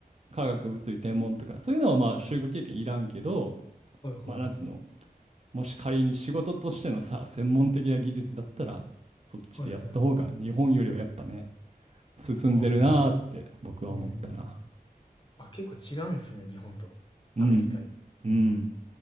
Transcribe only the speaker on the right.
化学物理天文とかそういうのはまあ就学経験いらんけど、
まあなんつうの、もし仮に仕事としてのさ、専門的な技術だったらそっちでやった方が日本よりはやっぱね、
進んでるなーって僕は思ったな。
うん。うん。